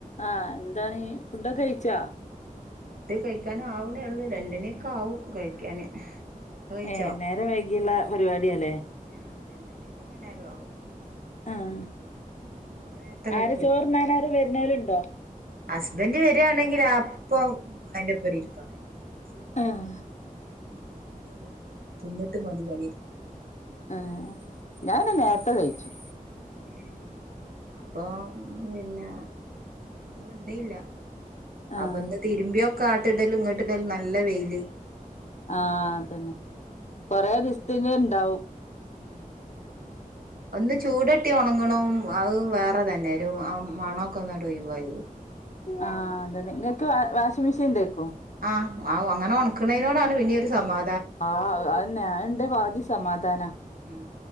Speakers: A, on the left; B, on the right.
A: ആ എന്താണീ ഫുഡൊക്കെ കഴിച്ചോ?
B: ഡ് കഴിക്കാനാവുണെ ഒള്ളൂ രണ്ടണിയൊക്കെ ആവും കഴിക്കാന്. ഇങ്ങള് കഴിച്ചോ
A: ഏ നേരം വൈകിയുള്ള പരിപാടി ല്ലേ?
B: ആഹ് രണ്ടണിയൊക്കെ എങ്ങനായാലും ആവും
A: ആഹ്
B: നീ നേരത്തെ കഴിക്കോ?
A: ആര് ചോറുണ്ണാനാര് വരുന്നോലുണ്ടോ
B: ഹസ്ബൻ്റ് വരാണെങ്കിൽ അപ്പം അയിന്റെപ്പരി ഇരിക്കാണ്. ച്ചിലെങ്കിലു
A: ആഹ്
B: വാണ്ടില്ല ഞ്ഞ് നിർബന്ധം തിന്നിട്ട് മതി പണിട്ക്കൽ.
A: ഏ ഞാന്നെ നേരത്ത
B: അപ്പ
A: കഴിച്ചും.
B: ഏഹ് അപ്പൊ പിന്നെ ഇന്ന് വന്നീല്ല.
A: ആഹ്
B: അപ്പൊ ഇന്ന് തിരുമ്പ്യോക്കെ ആട്ട്ടലും ഇങ്ങട്ട്ടലും നല്ല വെയില്.
A: ആ അതെന്നെ
B: ഉം
A: കൊറെസ്ത്തിന് ണ്ടാവും <inaudible>
B: ഉം ഒന്ന് ചൂടട്ടി ഒണങ്ങ്ണതും അത് വേറെ തന്നെ രു ആ മണൊക്കെ ഒന്നണ്ട് ഒയ് വായി
A: ആ അതെന്നെ ഇങ്ങക്ക് വാഷി മിഷീൻ ണ്ടേക്കും
B: ആ ആ അങ്ങനെ ഒണക്ക്ണെനോടാണ് പിന്നെ ഒരു സമാ
A: ആ അതെന്നെ അത് ണ്ടെ പക് തി സമാധാന
B: ഉം